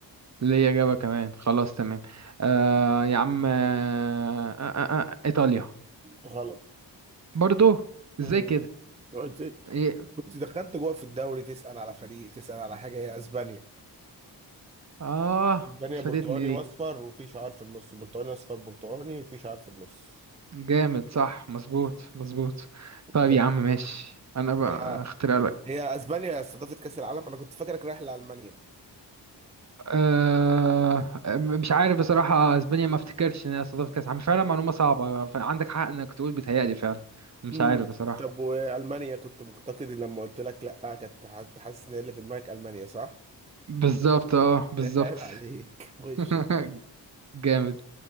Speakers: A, on the right; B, on the right.
A: ليا اجابة كمان خلاص تمام آه يا عم آه آه آه آه، ايطاليا
B: غلط
A: برضو
B: مم.
A: ازاي كده
B: قلت إيه؟
A: إيه؟
B: كنت دخلت جوه في الدوري تسأل على فريق تسأل على حاجة هي اسبانيا
A: اه
B: اسبانيا
A: فاتتني
B: برتقاني واصفر
A: دي
B: وفي شعار في النص برتقاني اصفر برتقاني في شعار في النص
A: جامد صح مظبوط مظبوط طيب
B: كده.
A: يا عم ماشي انا بقى
B: ف-
A: اخترع لك
B: هي اسبانيا استضافت كأس العالم انا كنت فاكرك رايح لألمانيا
A: أه مش عارف بصراحة اسبانيا ما افتكرش ان هي استضافت كاس عالم فعلا معلومة صعبة فعندك حق انك تقول بيتهيألي فعلا مش
B: امم
A: عارف بصراحة
B: طب والمانيا كنت مقتقدي لما قلت لك لا كنت كنت حاسس ان اللي في دماغك المانيا صح؟
A: بالظبط اه
B: <laughs>
A: بالظبط
B: عيب عليك خش
A: <laughs> جامد